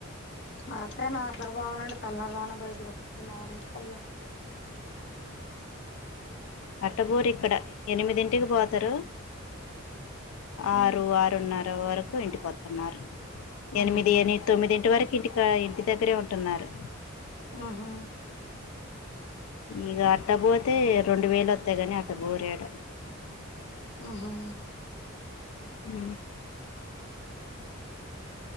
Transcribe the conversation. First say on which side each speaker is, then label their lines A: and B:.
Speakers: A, on the left; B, on the left.
A: మా అత్తయ్య నట్లకూ బోవాలంటే తెల్లార్జమున <unintelligible> అరిటికల్ల
B: అట్టబోరు ఇక్కడ ఎనిమిదింటికి పోతారు
A: హ్మ్
B: ఆరు ఆరున్నర వరకు ఇంటికోత్తున్నారు
A: హ్మ్.
B: ఎనిమిది ఎని తొమ్మిదింటి వరకు ఇంటిక ఇంటి దగ్గరే ఉంటున్నారు
A: ఆహా
B: ఇక అట్టపోతే రెండు వేలు ఒత్తయి కాని అట్టపోరు ఇడ
A: ఆహా
B: ఉ